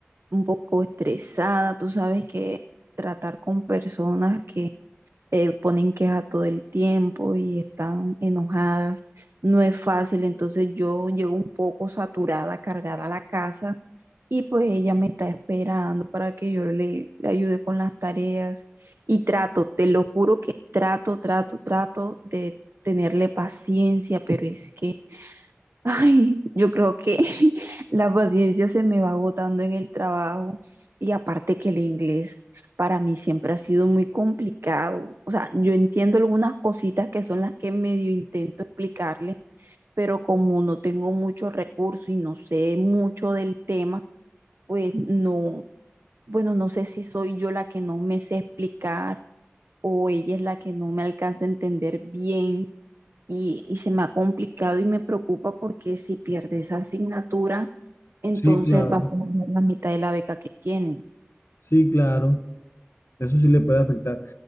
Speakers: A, on the right (about 70°); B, on the left (about 75°).
A: un poco estresada, tú sabes que tratar con personas que eh, ponen queja todo el tiempo y están enojadas no es fácil, entonces yo llego un poco saturada, cargada a la casa y pues ella me está esperando para que yo le, le ayude con las tareas. Y trato, te lo juro que trato, trato, trato de tenerle paciencia, pero es que, <laughs> ay, yo creo que <laughs> la paciencia se me va agotando en el trabajo. Y aparte que el inglés para mí siempre ha sido muy complicado. O sea, yo entiendo algunas cositas que son las que medio intento explicarle, pero como no tengo mucho recurso y no sé mucho del tema, pues no, bueno, no sé si soy yo la que no me sé explicar o ella es la que no me alcanza a entender bien y, y se me ha complicado y me preocupa porque si pierde esa asignatura, entonces
B: Sí, claro,
A: va a perder la mitad de la beca que tiene.
B: sí, claro. Eso sí le puede afectar.